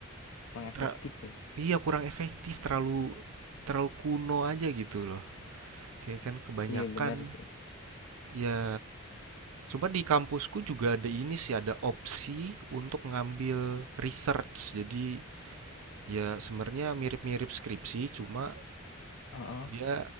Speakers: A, on the left (about 70°); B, on the right (about 80°).
A: kurang efektif
B: tra
A: ya.
B: iya kurang efektif terlalu terlalu kuno aja gitu loh. Oke, kan kebanyakan
A: Iya benar sih.
B: ya coba di kampusku juga ada ini sih, ada opsi untuk ngambil research. Jadi ya sebenarnya mirip-mirip skripsi, cuma
A: Heeh.
B: dia